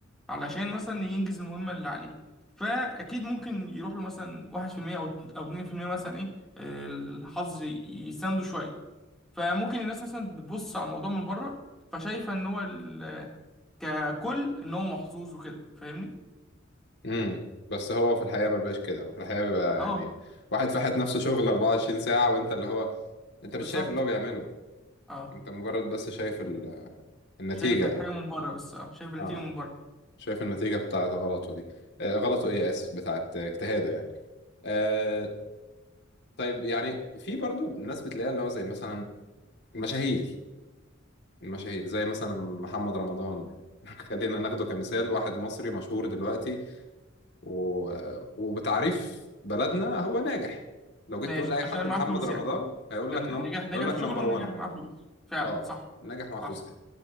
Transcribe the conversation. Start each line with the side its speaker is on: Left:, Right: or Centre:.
Centre: علشان مثلا ينجز المهمة اللي عليه فاكيد ممكن يروح له مثلا 1% او او 2% مثلا ايه آه، الحظ يسنده شوية فممكن الناس مثلا بتبص على الموضوع من بره فشايفه ان هو ال... ككل ان هو محظوظ وكده فاهمني
Left: امم بس هو في الحقيقة ما بقاش كده هو في الحقيقة بيبقى
Centre: اه
Left: يعني واحد فاحت نفسه شغل 24 ساعة وانت اللي هو انت
Centre: بالظبط
Left: مش شايف اللي هو بيعمله
Centre: اه
Left: انت مجرد بس شايف ال... النتيجة
Centre: شايف الحاجه من بره بس اه شايف النتيجه
Left: اه
Centre: من بره
Left: شايف النتيجة بتاعت غلطه دي آه غلطه ايه اسف بتاعت اجتهاده يعني آه طيب يعني في برضو ناس بتلاقيها اللي هو زي مثلا المشاهير المشاهير زي مثلا محمد رمضان <laughs> خلينا ناخده كمثال واحد مصري مشهور دلوقتي و... وبتعريف بلدنا هو ناجح لو جيت
Centre: ماشي
Left: تقول لأي
Centre: عشان
Left: حد
Centre: معاه
Left: محمد
Centre: فلوس
Left: رمضان
Centre: يعني
Left: هيقول
Centre: كان
Left: لك نم...
Centre: نجح نجح
Left: هيقول لك
Centre: في شغله
Left: نمبر
Centre: ونجح
Left: 1
Centre: معاه فلوس فعلا
Left: اه
Centre: صح
Left: ناجح مع فلوس
Centre: صح